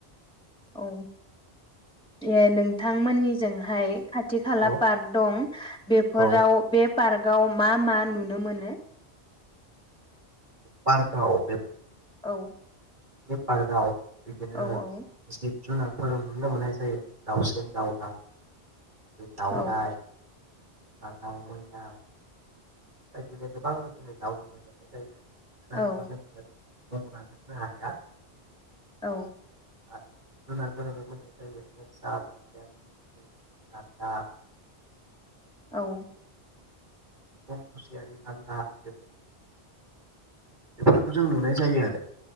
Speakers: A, in the centre; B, on the right.
A: औ अं नोंथांमोननिजोंहाय खा थि खाला
B: औ
A: पार्क दं बेफोराव
B: औ
A: बे पार्कआव मा मा नुनो मोनो?
B: पार्कआव
A: औ।
B: पार्काव बेदिनो
A: औ औ
B: जुनारफोर नुनो मोननाय जायो दाउसिन दाउला दावराय
A: औ
B: दाउ मैना बेफोरबायदिनो गोबां रोखोमनि दाउ नुनो मोनो।
A: औ
B: <unintelligible> <inaudible>
A: औ।
B: <inaudible>
A: औ।
B: <inaudible> बेफोरखौ जों नुनाय जायो आरो।